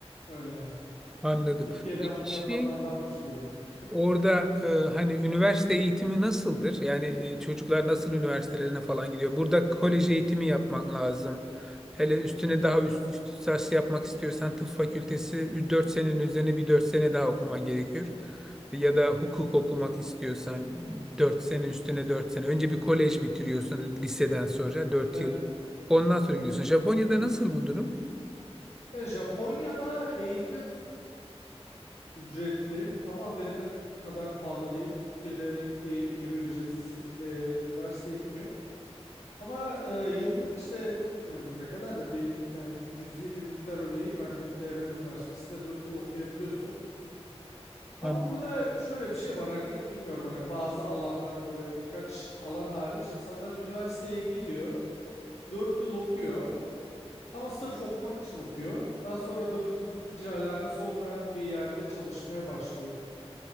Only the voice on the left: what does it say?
Öyle yani.
Türkiye'den
bunu
yapanlar varmış diye duydum. <laughs>
Ben,
Ya Japonya'da eğitim ücretli ama Amerika kadar pahalı değil. Türkiye'deki gibi ücretsiz e, üniversite eğitimi yok. Ama e, yıllık işte bilmiyorum ne kadar da bir mi- yani cüzi bir miktar ödeyip hani devlet üniversitesinde 4 yıl okuyabiliyorsun. Ama
burada şöyle bir şey var hani bilmiyorum hani bazı alanlar böyle birkaç alan hariç insanlar üniversiteye gidiyor 4 yıl okuyor ama sırf okumak için okuyor. Daha sonra 4 yıl bitince alakası olmayan bir yerde çalışmaya başlıyor.